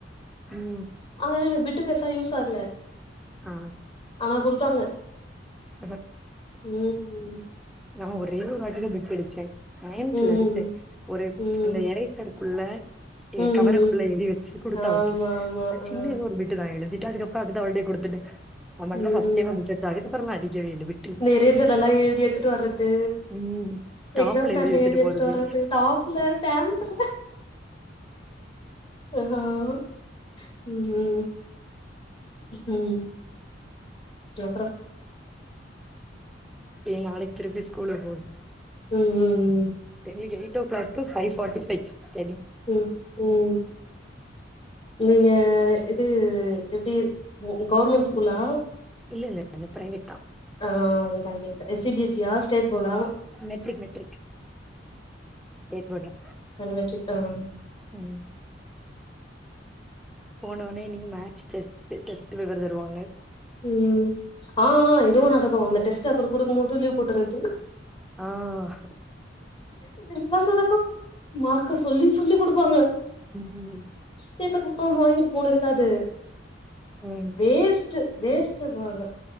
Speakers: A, in the centre; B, on the left.
A: ம்
B: ஆனா எனக் பிட்டு பெருசா யூஸ் ஆகல
A: ஆ
B: ஆனா குடுத்தாங்க
A: <unintelligible>
B: ம்
A: நா ஒரே ஒரு வாட்டிதா பிட் அடிச்சே நயன்துல
B: ம்
A: அடிச்சே ஒரு
B: ம் ம்
A: அந்த எறைத்தர் குள்ள இத
B: ம்
A: கவரக்குள்ள எழுதி வச்சு குடுத்தா
B: ஆமா
A: ஒருத்தி,
B: ஆமா
A: நா
B: ஆ
A: சின்ன ஏதோ ஒரு பிட்டுதா எழுதிட்டு அதுக்கப் பாத்துட்டு அவள்டயே குடுத்துட்டே, அது மட்டு
B: ம்
A: தா பஸ்ட் டைமா பிட் அடிச்சே, அதுகப்றோ நா அடிக்கவே இல்ல பிட்
B: இந்த எரேசர்லா எழுதி எடுத்ட்டு வர்றது
A: ம் டாப்ல
B: எக்ஸாம் பேட்ல
A: வச்சுட்டு
B: எழுதி எடுத்துட்டு
A: போறது
B: வர்றது டாப்ல பேண்ட்ல ஆமா ஆமா ம் ம் அப்றோ
A: ஏ நாளைக்கு திருப்பி ஸ்கூலுக்கு போனு
B: ம்ம்ம்
A: எங்களுக்கு eight o'clock to ஃவைவ்ஃபாட்டி five study
B: ம் ம் நீங்க இது எப்டி கவர்மெண்ட் ஸ்கூலா
A: இல்ல இல்ல அது பிரைவேட் தா
B: ஆஹ் அததா கேட்டேன் எ சி பி ஸி யா ஸ்டேட் போர்டா
A: மெட்ரிக் மெட்ரிக் ஸ்டேட் போர்டுல
B: சனிமெச்சித்தாவன்
A: ம் போனோனே நீ மேக்ஸ் டெஸ்டு டெஸ்ட் பேப்பர் தருவாங்க
B: ம் ஆஹ் ஆஹ் இதுவு நடக்கு, அந்த டெஸ்ட் பேப்பர் குடுக்கு போது லீவ் போட்டுறது
A: ஆ ஹா
B: இதெல்லா நடக்கு மார்க்க சொல்லி சொல்லி குடுப்பாங்க
A: ம்
B: பேப்பர் மட்டு வந்து வாங்கிட்டு போணு இருக்காது
A: ம்.
B: வேஸ்ட்டு வேஸ்ட்டு மாக